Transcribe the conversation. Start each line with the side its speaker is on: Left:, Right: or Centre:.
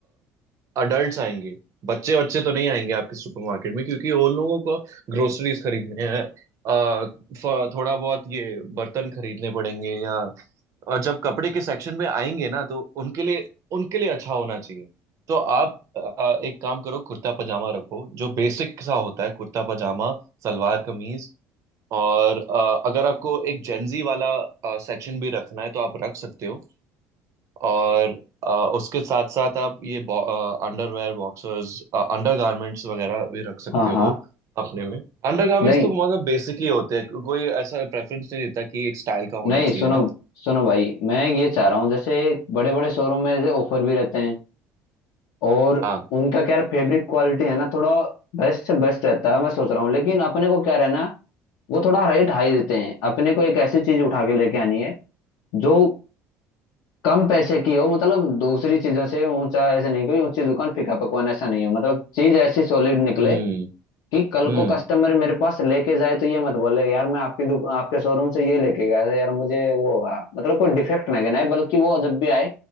Right: अडल्ट्स आएंगे बच्चे बच्चे तो नहीं आएंगे आपके सुपरमार्केट में क्योंकि उन लोगों को ग्रोसरीज खरीदने हैं अ, फ- थोड़ा बहुत ये बर्तन खरीदने पड़ेंगे या और जब कपड़े के सेक्शन में आएंगे ना तो उनके लिए उनके लिए अच्छा होना चाहिए तो आप अ, एक काम करो कुर्ता पजामा रखो जो बेसिक सा होता है कुर्ता पजामा सलवार कमीज और अ, अगर आपको एक जेंजी वाला सेक्शन भी रखना है तो आप रख सकते हो और अ, उसके साथ साथ आप ये अंडरवेयर बॉक्सर्स अंडरगारमेंट्स वगैरह भी रख सकते
Left: हाँ हाँ
Right: हो अपने में अंडरगारमेंट्स
Left: नहीं
Right: तो मतलब बेसिक ही होते हैं को- कोई ऐसा प्रेफरेंस नहीं देता कि एक स्टाइल का
Left: नहीं
Right: होना
Left: सुनो
Right: चाहिए ना
Left: सुनो भाई मैं ये चाह रहा हूँ जैसे बड़े बड़े शोरूम में ऑफर भी रहते हैं और
Right: हाँ
Left: उनका क्या फैब्रिक क्वालिटी है ना थोड़ा बेस्ट से बेस्ट रहता है मैं सोच रहा हूँ लेकिन अपने को क्या रहना वो थोड़ा रेट हाई देते हैं अपने को एक ऐसी चीज उठा के लेके आनी है जो कम पैसे की हो मतलब दूसरी चीजों से ऊंचा ऐसे नहीं कोई ऊंची दुकान फीका पकवान ऐसा नहीं हो मतलब चीज ऐसी सॉलिड निकले
Right: हम्म
Left: कि कल
Right: हम्म
Left: को कस्टमर मेरे पास लेके जाए तो ये मत बोले यार मैं आपकी दुक, आपके शोरूम से ये लेके गया था यार मुझे वो हुआ मतलब कोई डिफेक्ट ना गिनाए बल्कि वो जब भी आए